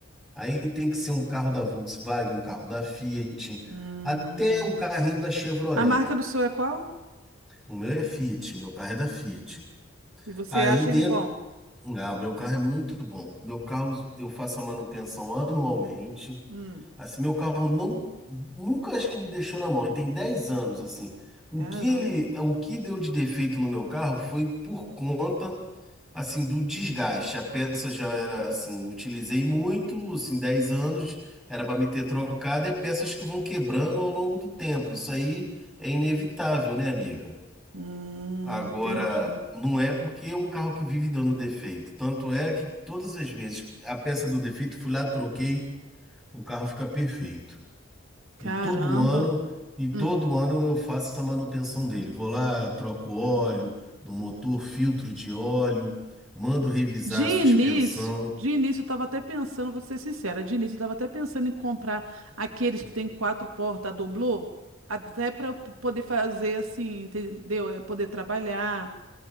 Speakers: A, in the centre; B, on the right (about 75°).
A: Aí tem que ser um carro da Volkswagen, um carro da Fiat,
B: Hum.
A: até um carrinho da Chevrolet.
B: A marca do seu é qual?
A: O meu é Fiat, meu carro é da Fiat.
B: E você
A: Aí
B: acha
A: dentro,
B: ele bom?
A: ah, o meu carro é muito bom. Meu carro eu faço a manutenção anualmente.
B: Hum.
A: Assim, meu carro não, nunca acho que me deixou na mão. E tem 10 anos, assim. O
B: Caramba.
A: que ele, o que deu de defeito no meu carro foi por conta, assim, do desgaste. A peça já era, assim, utilizei muito, assim, 10 anos, era para me ter trocado, é peças que vão quebrando ao longo do tempo. Isso aí é inevitável, né, amiga?
B: Hum,
A: Agora,
B: entendi.
A: não é porque é um carro que vive dando defeito. Tanto é que todas as vezes que a peça deu defeito, fui lá, troquei, o carro fica perfeito. E
B: Caramba.
A: todo ano, e todo
B: Hum.
A: ano eu faço essa manutenção dele. Vou lá, troco óleo do motor, filtro de óleo, mando revisar
B: De
A: a suspensão
B: início, de início eu estava até pensando, vou ser sincera, de início eu estava até pensando em comprar aqueles que tem quatro portas, a doblô, até para eu p- poder fazer assim, entendeu? É poder trabalhar,